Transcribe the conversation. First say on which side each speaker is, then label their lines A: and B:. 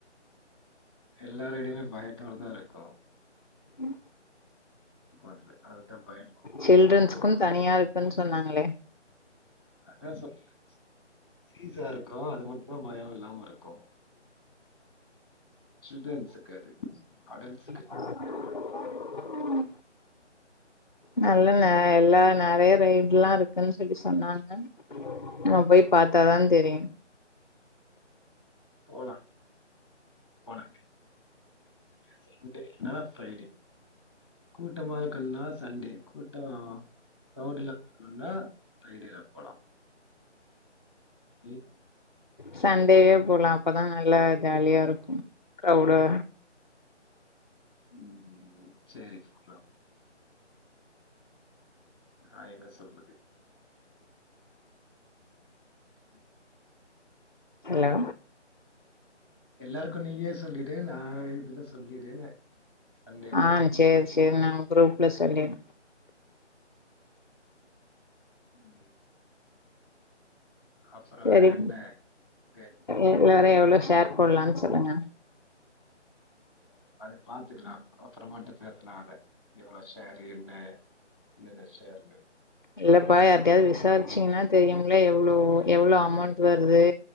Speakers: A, on the left (about 20°); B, on the left (about 40°).
A: எல்லா ரய்டுமே பயத்தோடதா இருக்கூ
B: ம்
A: அதுல. அதுதான் பயம்.
B: சில்ட்ரன்ஸ்க்கூ தனியா இருக்குன் சொன்னாங்களே
A: அதா சொன்ன <unintelligible> சீசா இருக் க்றோ அது மட்டுந்தா பயோ இல்லாம இருக்கு சில்ட்ரன்ஸ் க்கு அது அடல்ஸ்க்கு
B: ம் நல்ல நா எல்லா நெறையா ரைட்லா இருக்குன் சொல்லி சொன்னாங்க நம் போய் பாத்தாதா தெரியு
A: போலா போலா சன்டே இல்லனா ஃபிரைடே கூட்டமா இருக்குன்னா சண்டே கூட்ட க்ரவ்டில்லாம இருக்கணுன்னா ஃபிரைடேல போலா ம்
B: சண்டேயே போலா அப்பதா நல்லா ஜாலியா இருக்கு க்ரவ்டா
A: உம் சேரி போலா நா எங்க ச சொல்றது க
B: ஹலோ
A: எல்லாருக்கு நீயே சொல்லிடு நா இதுல சொல்லிடுன்னு சண்டே
B: ஆ சேர் சேர் நா குரூப்ல சொல்லிற
A: ம் அப்புறோ
B: தெரியு
A: வேற என்ன இங்க
B: இல்ல அப்ற எவ்ள ஷேர் போட்லான் சொல்லுங்க
A: அது பாத்துக்லா அப்பற மாட்டு நேத்து நா அத எவ்ள ஷேரு என்ன என்னென்ன ஷேர்ன்னு
B: இல்லப்பா யார்ட்டயாது விசாரிச்சிங்னா தெரியும்ல எவ்ளோ எவ்ளோ அமௌண்ட் வருது